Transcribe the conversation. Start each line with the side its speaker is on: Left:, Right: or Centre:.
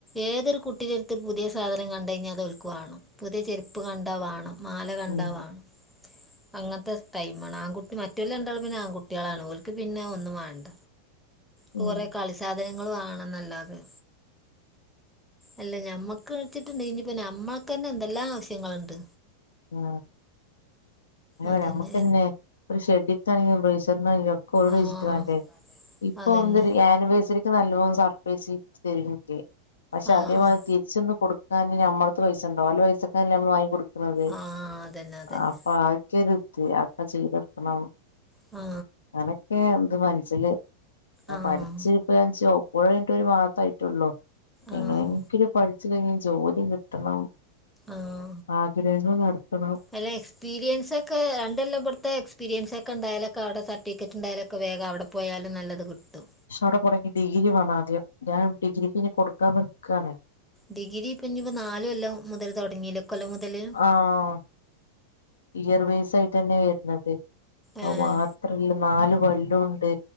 Centre: ഏതൊരു കുട്ടിന്റെട്ത്ത് പുതിയ സാധനം കണ്ടയ് ഞ്ഞാൽ അതോൽക്ക് വാണം പുതിയ ചെരുപ്പ് കണ്ടാ വാണം മാല കണ്ടാ
Left: ഉം
Centre: വാണം അങ്ങൻത്തെ ടൈം ആണ് ആൺകുട്ടി മറ്റോല് രണ്ടാളും പിന്നെ ആൺകുട്ട്യാളാണ് ഓൽക്ക് പിന്നെ ഒന്നും വാണ്ട കൊറേ
Left: ഉം
Centre: കളി സാധനങ്ങള് വാണംന്നല്ലാതെ അല്ല ഞമ്മക്ക് ച്ച്ട്ട് ണ്ടെങ്കി ഇനിപ്പോ ഞമ്മക്കെന്നെ എന്തെല്ലാം ആവശ്യങ്ങളുണ്ട്
Left: ആ അങ്ങനെ
Centre: അതന്നെ
Left: ഞമ്മക്കെന്നെ ഒരു ഷെഡ്‌ഡിട്ടണെങ്കിലും ഒരു ബ്രയ് ഇതൊക്കോലോട്
Centre: ആഹ്
Left: ചോയ്ച്ച്ട്ട് വാണ്ടേ ഇപ്പ
Centre: അതന്നെ
Left: എന്തൊരു ആനിവേഴ്സറി ക്ക് നല്ലോം സർപ്രൈസ് ഗിഫ്റ്റ് തരും ൻക് പക്ഷെ
Centre: ആഹ്
Left: അതേ മാരി
Centre: ആഹ്
Left: തിരിച്ചൊന്ന് കൊടുക്കാന് നമ്മൾ പത്ത് പൈസണ്ടോ ഓലെ പൈസക്കല്ലേ നമ്മള് വാങ്ങി കൊടുക്ക്‌ണത്
Centre: ആഹ് അതന്നെ അതന്നെ
Left: അപ്പൊ ആക്കരു ത് അഒക്കെ ചെയ്തൊട്ക്കണം
Centre: ആ
Left: അനൊക്കെണ്ട് മൻസില് ഞാൻ
Centre: ആഹ്
Left: പഠിച്ചു <unintelligible> കഴിഞ്ഞിട്ട് ഒരു മാസായിട്ടൊള്ളൂ
Centre: ആഹ്
Left: എങ്ങനെയെങ്കിലും പഠി ച്ചിലെങ്കിലും ജോലി കിട്ടണം
Centre: ആഹ്
Left: ആഗ്രഹങ്ങള് നടത്തണം
Centre: അല്ല എക്സ്പീരിയൻസൊക്കെ രണ്ടൊല്ലം ബിട്ത്തെ എക്സ്പീരിയൻസൊക്കെ ണ്ടായാലൊക്കെ അടെ സർട്ടിഫിക്കറ്റ് ണ്ടായാലൊക്കെ വേഗം അവടെ പോയാലും നല്ലത് കിട്ടും
Left: പക്ഷെ അവിടെ <unintelligible> ഡിഗ്രി വാണാദ്യം ഞാൻ ഡിഗ്രിക്ക് ഇനി കൊടുക്കാൻ നിക്കാണ്
Centre: ഡിഗ്രി ഇപ്പൊ ഇഞ്ഞിപ്പോ നാല് കൊല്ലം മുതൽ തുടങ്ങിയില്ലെ ഇക്കൊല്ലം മുതല്
Left: ആഹ് ഇയർ ബേസ് ആയിട്ടെന്നെ വരുന്നത് അഹ്
Centre: ഏഹ്
Left: മാത്രല്ല നാല് കൊല്ലോംണ്ട്